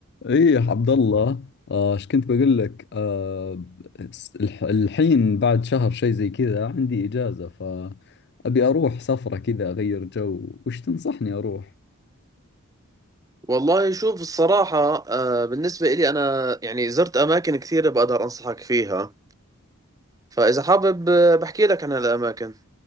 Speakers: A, on the left; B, on the right.
A: ايه يا عبد الله آه، ايش كنت بقول لك آه، الح- الحين بعد شهر شيء زي كذا عندي اجازة فأبي اروح سفرة كذا اغير جو وش تنصحني اروح
B: والله شوف الصراحة آه، بالنسبة إلي أنا يعني زرت أماكن كثيرة بقدر أنصحك فيها فإذا حابب آه، بحكي لك عن الأماكن